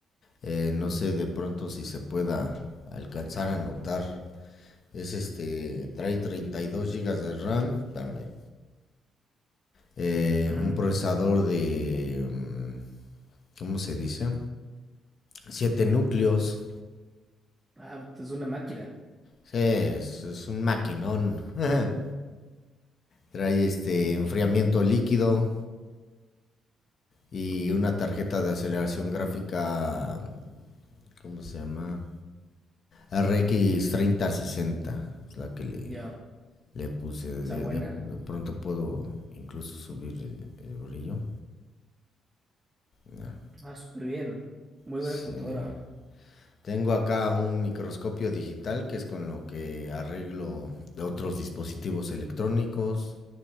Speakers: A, on the left; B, on the right.
A: Eh, no sé de pronto si se pueda alcanzar a notar. Es este, trae 32 gigas de RAM, dame. Eh,
B: Ujú.
A: un procesador de, mm, ¿cómo se dice? siete núcleos.
B: Ah, es una máquina.
A: Sí, es, es un maquinón. <laughs> Trae este enfriamiento líquido y una tarjeta de aceleración gráfica ¿Cómo se llama? RX 3060 es la que le,
B: Ya,
A: le puse. De,
B: está buena.
A: de- de pronto puedo incluso subir el, el brillo. Ya,
B: Ah, súper bien. Muy
A: sí.
B: buena computadora. ¿Ah?
A: Tengo acá un microscopio digital que es con lo que arreglo de otros dispositivos electrónicos.